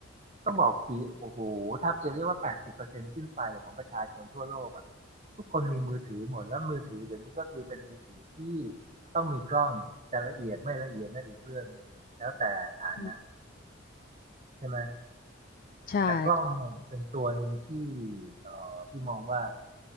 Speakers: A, on the right; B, on the left.
A: ต้องบอกกี่โอ้โหแทบจะเรียกว่าแปดสิบเปอร์เซ็นต์ขึ้นไปของประชาชนทั่วโลกอ่ะทุกคนมีมือถือหมดแล้วมือถือเดี๋ยวนี้ก็คือเป็นมือถือที่ต้องมีกล้องแต่ละเอียดไม่ละเอียดนั่นอีกเรื่องหนึ่งแล้วแต่ฐานะ
B: อืม
A: ใช่ไหม
B: ใช่
A: แต่กล้องเป็นตัวหนึ่งที่เอ่อพี่มองว่า